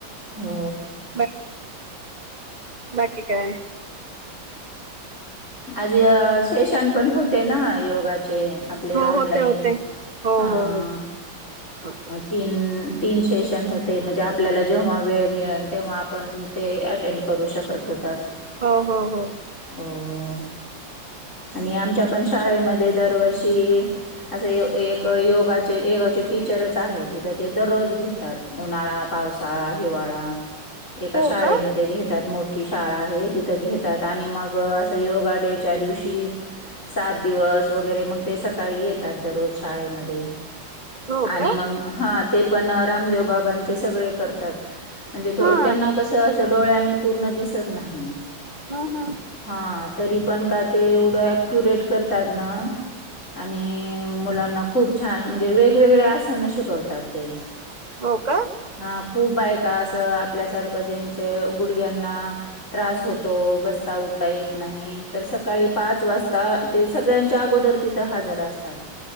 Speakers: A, on the left; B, on the right.
A: हो.
B: पण बाकी काय?
A: आज सेशन पण होते ना योगा चे आपले
B: हो
A: ऑनलाईन
B: होते होते हो
A: हं
B: हो हो होते
A: तीन तीन सेशन होते म्हणजे आपल्याला जेव्हा वेळ मिळेल तेव्हा आपण ते अटेंड करू शकत होतात.
B: हो हो हो,
A: हो आणि आमच्या पण शाळेमध्ये दरवर्षी, असं एक योगाचे योगाचे टीचरच आहेत इथे ते दररोज घेतात, उन्हाळा पावसाळा हिवाळा,
B: <unintelligible>
A: एका शाळेमध्ये
B: का
A: घेतात मोठी शाळा आहे तिथं घेतात आणि मग अस योगा डेच्या दिवशी सात दिवस वगैरे मग ते सकाळी येत दररोज शाळेमध्ये
B: हो
A: आणि
B: का
A: मग, हा ते पण रामदेव बाबांचे सगळे करतात म्हणजे थो
B: हा
A: त्यांना कसं तर डोळ्यांनी पूर्ण दिसत नाही,
B: हा हा,
A: हा तरी पण का ते एवढं अक्युरेट करतात ना, आणि मुलांना खूप छान म्हणजे वेगवेगळे आसन शिकवतात ते,
B: हो का,
A: हा खूप बायका असं आपल्यासारखं ज्यांचे गुडघ्यांना, त्रास होतो बसता उडता येत, नाही तर सकाळी पाच वाजता ते सगळ्यांच्या अगोदर तिथं हजर असतात